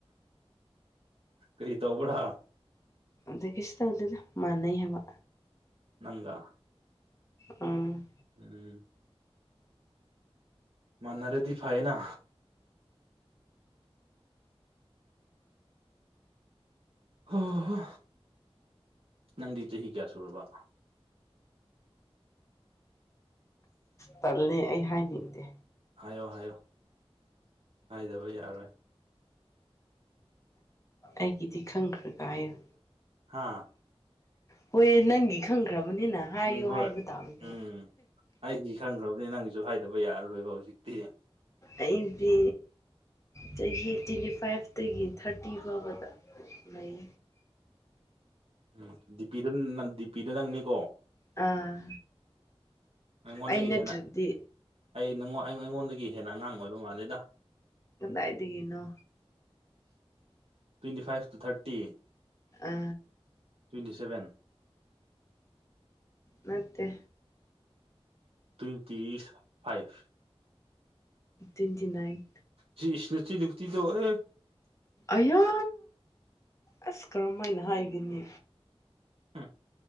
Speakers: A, on the right; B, on the left.
A: ꯀꯔꯤ ꯇꯧꯕ꯭ꯔꯥ
B: ꯑꯗ ꯀꯩꯁꯨ ꯇꯧꯗꯦꯗ ꯃꯥꯟꯅꯩ ꯍꯥꯏꯕ
A: ꯅꯪꯒꯥ
B: ꯎꯝ
A: ꯎꯝ ꯃꯥꯟꯅꯔꯗꯤ ꯐꯩꯌꯦꯅ ꯍ ꯍꯣ ꯅꯪꯗꯤ ꯆꯍꯤ ꯀꯌꯥ ꯁꯨꯔꯕ
B: ꯇꯜꯂꯦ ꯑꯩ ꯍꯥꯏꯅꯤꯡꯗꯦ
A: ꯍꯥꯏꯌꯣ ꯍꯥꯏꯌꯣ ꯍꯥꯏꯗꯕ ꯌꯥꯔꯣꯏ
B: ꯑꯩꯒꯤꯗꯤ ꯈꯪꯈ꯭ꯔꯒ ꯍꯥꯏꯌꯨ
A: ꯍꯥꯥ
B: ꯍꯣꯏ ꯅꯪꯒꯤ ꯈꯪꯈ꯭ꯔꯕꯅꯤꯅ ꯍꯥꯏꯌꯣ
A: ꯎꯝ ꯍꯣꯏ
B: ꯍꯥꯏꯕ ꯇꯥꯕꯅꯦ
A: ꯎꯝ ꯑꯩꯒꯤ ꯈꯪꯈ꯭ꯔꯕꯅꯤ ꯅꯪꯒꯤꯁꯨ ꯍꯥꯏꯗꯕ ꯌꯥꯔꯔꯣꯏꯕ ꯍꯧꯖꯤꯛꯇꯤ
B: ꯑꯩꯗꯤ ꯆꯍꯤ ꯇ꯭ꯋꯦꯟꯇꯤ ꯐꯥꯏꯚꯇꯒꯤ ꯊꯥꯔꯇꯤ ꯐꯥꯎꯕꯗ ꯂꯩ
A: ꯎꯝ ꯗꯤꯄꯤꯗ ꯗꯤꯄꯤꯗ ꯅꯪꯅꯤꯀꯣ
B: ꯑꯥ
A: ꯑꯩꯉꯣꯟꯗꯒꯤ
B: ꯑꯩ ꯅꯠꯇ꯭ꯔꯗꯤ
A: ꯍꯦꯟꯅ ꯑꯩ ꯑꯩꯉꯣꯟꯗꯒꯤ ꯍꯦꯟꯅ ꯑꯉꯥꯡ ꯑꯣꯏꯕ ꯃꯥꯜꯂꯦꯗ
B: ꯀꯗꯥꯏꯗꯒꯤꯅꯣ
A: ꯇ꯭ꯋꯦꯟꯇꯤ ꯐꯥꯏꯚ ꯇꯨ ꯊꯥꯔꯇꯤ
B: ꯑꯥ
A: ꯇ꯭ꯋꯦꯟꯇꯤ ꯁꯚꯦꯟ
B: ꯃꯦ
A: ꯇ꯭ꯋꯦꯟꯇꯤ ꯐꯥꯏꯚ
B: ꯇ꯭ꯋꯦꯟꯇꯤ ꯅꯥꯏꯟ
A: ꯁꯤ ꯏꯁꯅꯇꯤ ꯅꯨꯡꯛꯇꯤꯗꯣ ꯑꯣꯏ
B: ꯑꯌꯥ ꯑꯁ ꯀꯔꯝ ꯍꯥꯏꯅ ꯍꯥꯏꯒꯅꯤ
A: ꯍꯥꯝ